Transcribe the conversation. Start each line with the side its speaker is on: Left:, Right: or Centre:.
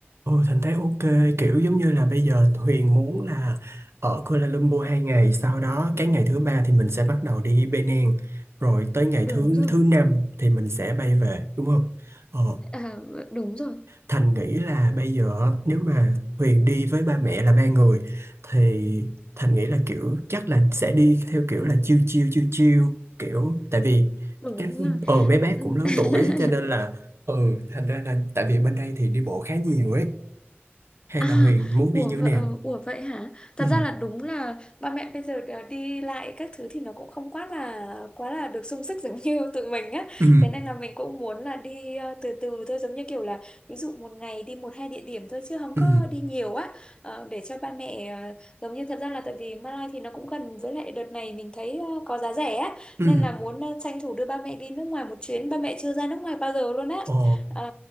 Right: Ừ, Thành thấy ok kiểu giống như là bây giờ Huyền muốn là ở Kuala Lumpur hai ngày sau đó cái ngày thứ ba thì mình sẽ bắt đầu đi Penang rồi tới ngày
Left: Đúng
Right: thứ
Left: rồi,
Right: thứ năm thì mình sẽ bay về đúng không? Ờ,
Left: À, đúng rồi,
Right: Thành nghĩ là bây giờ nếu mà Huyền đi với ba mẹ là ba người thì Thành nghĩ là kiểu chắc là sẽ đi theo kiểu là chill chill chill chill kiểu tại vì
Left: đúng
Right: các
Left: rồi.
Right: ờ mấy bác
Left: Ừ.
Right: cũng lớn
Left: <laughs>
Right: tuổi á, cho nên là ừ thành ra là tại vì bên đây thì đi bộ khá nhiều ấy hay
Left: À,
Right: là Huyền muốn
Left: ủa
Right: đi như
Left: vậy,
Right: thế
Left: ờ,
Right: nào?
Left: ủa vậy hả? Thật
Right: Ừ,
Left: ra là đúng là ba mẹ bây giờ đã đi lại các thứ thì nó cũng không quá là quá là được sung sức giống <laughs> như tụi mình á.
Right: ừ,
Left: Thế nên là mình cũng muốn là đi ờ, từ từ thôi giống như kiểu là ví dụ một ngày đi một hai địa điểm thôi chứ không
Right: ừ,
Left: có đi nhiều á Ờ, để cho ba mẹ ờ, giống như thật ra là tại vì Malai thì nó cũng gần với lại đợt này mình thấy ờ, có giá rẻ á
Right: ừ,
Left: nên là muốn ờ, tranh thủ đưa ba mẹ đi nước ngoài một chuyến. Ba mẹ chưa ra nước ngoài bao giờ luôn á.
Right: ồ,
Left: Ờ,